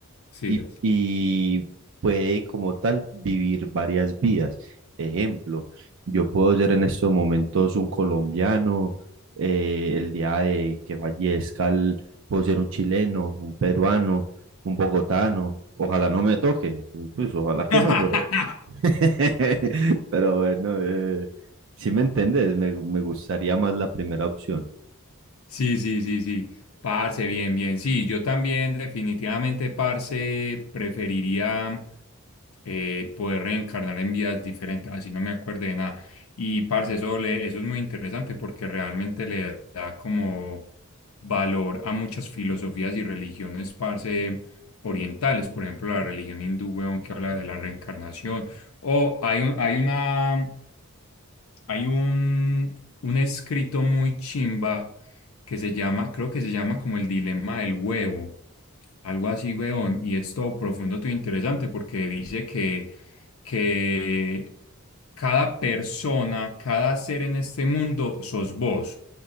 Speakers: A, on the left; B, on the right.
A: Sí,
B: y,
A: sas.
B: y puede como tal vivir varias vidas. Ejemplo, yo puedo ser en estos momentos un colombiano, eh, el día de que fallezca el- puedo ser un chileno, un peruano, un bogotano. Ojalá no me toque, pues ojalá
A: <laughs>
B: que no, pero, <laughs> pero bueno, eh, si me entiendes, me, me gustaría más la primera opción.
A: Sí, sí, sí, sí. Parce, bien, bien. Sí, yo también definitivamente, parce, preferiría eh, poder reencarnar en vidas diferentes, así no me acuerdo de nada. Y, parce, eso, le- eso es muy interesante porque realmente le da como valor a muchas filosofías y religiones, parce, orientales. Por ejemplo, la religión hindú, weón, que habla de la reencarnación. O hay un, hay una... Hay un, un escrito muy chimba que se llama, creo que se llama como el dilema del huevo, algo así, weón, y es todo profundo, todo interesante porque dice que, que cada persona, cada ser en este mundo sos vos